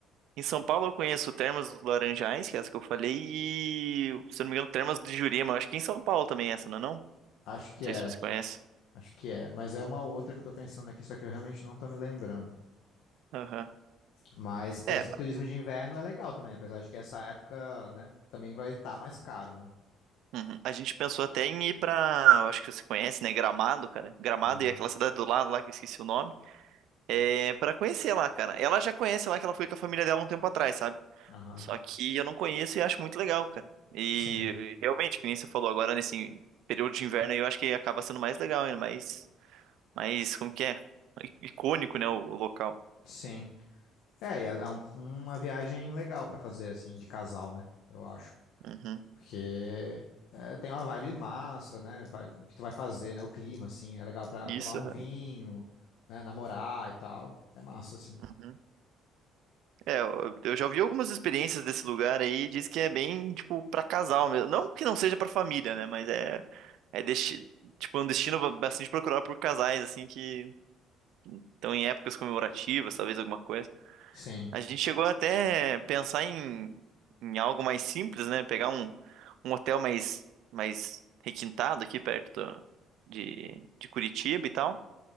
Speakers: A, on the right; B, on the left.
A: Em São Paulo eu conheço Termas dos Laranjais, que é essa que eu falei, e, se eu não me engano, Termas de Jurema. Acho que em São Paulo também é essa, não é não? Não
B: Acho que
A: sei
B: é,
A: se você conhece.
B: acho que é, mas é uma outra que eu tô pensando aqui, só que eu realmente não tô me lembrando.
A: Aham.
B: Mas
A: É,
B: esse turismo de inverno é legal também, apesar de que essa época, né, também vai estar mais caro, né?
A: uhum. A gente pensou até em ir pra, eu acho que você conhece, né? Gramado, cara. Gramado
B: Aham,
A: e aquela cidade do lado lá, que eu esqueci o nome. É, pra conhecer lá, cara. Ela já conhece lá, que ela foi com a família dela um tempo atrás, sabe?
B: aham.
A: Só que eu não conheço e acho muito legal, cara. E,
B: Sim,
A: e realmente, que nem você falou agora, nesse período de inverno aí, eu acho que acaba sendo mais legal, ainda mais mas como que é? I- Icônico, né, o, o local.
B: sim. É, e ela é um- uma viagem legal pra fazer, assim, de casal, né? Eu acho.
A: Uhum.
B: Porque é, tem uma vibe massa, né? Vai, o que tu vai fazer, né? O clima, assim, é legal pra
A: Isso,
B: tomar um
A: aham.
B: vinho, né? Namorar e tal. É massa, assim.
A: uhum. É, eu eu já ouvi algumas experiências desse lugar aí, diz que é bem, tipo, pra casal mesmo. Não que não seja pra família, né, mas é, é desti... tipo, um destino ba- bastante procurado por casais, assim, que estão em épocas comemorativas, talvez alguma coisa.
B: Sim,
A: A gente chegou até a pensar em, em algo mais simples, né, pegar um, um hotel mais, mais requintado aqui perto do- de, de Curitiba e tal.